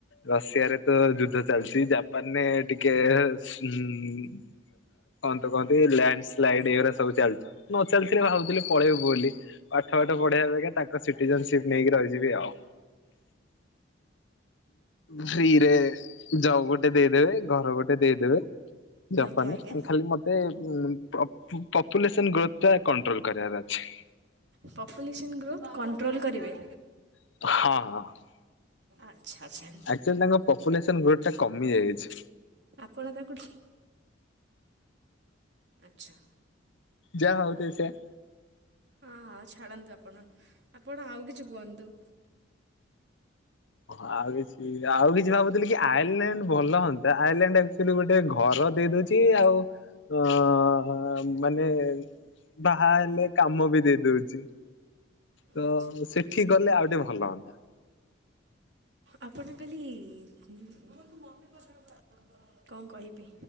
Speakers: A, on the left; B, on the right.
A: ରଷିଆରେ ତ ଯୁଦ୍ଧ ଚାଲିଛି ଜାପାନରେ ଟିକେ ହୁଁ ହ କହନ୍ତି ଲ୍ୟାଣ୍ଡ ସ୍ଲାଇଡ ଏଇଗୁଡା ସବୁ ଚାଲିଚି ନ ଚାଲିଥିଲେ ଭାବୁଥିଲେ ପଳେଇବୁ ବୋଲି ପାଠ ଆଠ ପଢେବି ଅପେକ୍ଷା ତାଙ୍କ ସିଟିଜନସିପ ନେଇକି ରହିଯିବି ଆଉ। ଫ୍ରିରେ ଜବ ଗୋଟେ ଦେଇଦେବେ ଘର ଗୋଟେ ଦେଇଦେବେ ଜାପାନରେ
B: ଆଜ୍ଞା ଆଜ୍ଞା
A: ଖାଲି ମତେ ପ ପପୁଲେସନ ଗ୍ରୋଥ ଟା କଣ୍ଟ୍ରୋଲ କରିବାର ଅଛି।
B: ପପୁଲେସନ୍ ଗ୍ରୋଥ କଣ୍ଟ୍ରୋଲ୍ କରିବେ?
A: ହଁ।
B: ଆଚ୍ଛା ଆଛା।
A: ଆକ୍ଚୁଆଲି ତାଙ୍କ ପପୁଲେସନ ଗ୍ରୋଥ ଟା କମି ଯାଇଇଛି।
B: ଆପଣ ତାକୁଠ ଆଛା।
A: ଯା ହଉ ଦେ ସେୟା
B: ହଁ ହଁ ଛାଡ଼ନ୍ତୁ ଆପଣ ଆପଣ ଆଉ କିଛି କୁହନ୍ତୁ।
A: ହ ଆଉ କିଛି ଆଉ କିଛି ଭାବୁଥିଲି କି ଆଇରଲାଣ୍ଡ ଭଲ ହୁଅନ୍ତା ଆଇରଲାଣ୍ଡ ଆକ୍ଚୁଆଲି ଗୋଟେ ଘର ଦେଇ ଦଉଛି ଆଉ ଅ ଅ ମାନେ ବାହା ହେଲେ କାମ ବି ଦେଇ ଦଉଛି। ତ
B: ଆଚ୍ଛା
A: ସେଠିକି ଗଲେ ଆଉ ଟିକେ ଭଲ ହୁଅନ୍ତା।
B: ଆପଣ ଖାଲି କଣ କହିବି